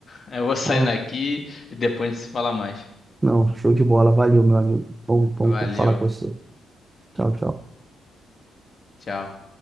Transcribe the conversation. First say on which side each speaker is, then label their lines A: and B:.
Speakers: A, on the left; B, on the right.
A: Eu vou sair
B: Ó,
A: daqui e depois a gente se fala mais.
B: não, show de bola. Valeu, meu amigo. Bom, bom
A: Valeu.
B: falar com você. Tchau, tchau.
A: Tchau.